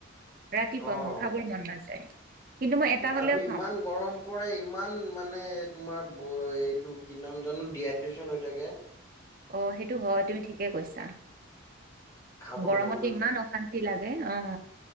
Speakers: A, on the right (about 45°); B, on the left (about 20°).
A: ৰাতিপুৱা
B: অ'।
A: মোৰ খাবৈমন নাযায়। কিন্তু মই এটা হ'লেও
B: আৰু ইমান
A: খাওঁ
B: গৰম। পৰে ইমান মানে তোমাৰ এইটো কি নাম জানো ডিহাইড্ৰেচন হৈ থাকে।
A: অ হয় তুমি ঠিকে কৈছা।
B: খাবলৈ
A: গৰমতে
B: মন নাযায়।
A: ইমান অশান্ত বিলাকে অ